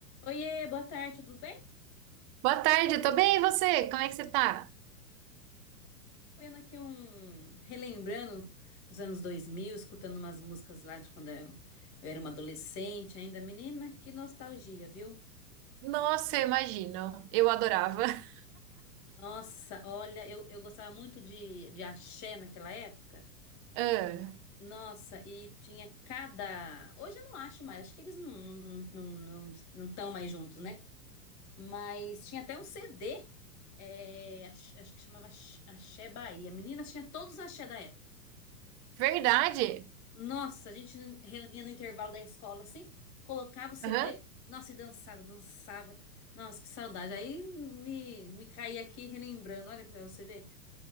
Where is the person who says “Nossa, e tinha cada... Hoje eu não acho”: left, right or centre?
Left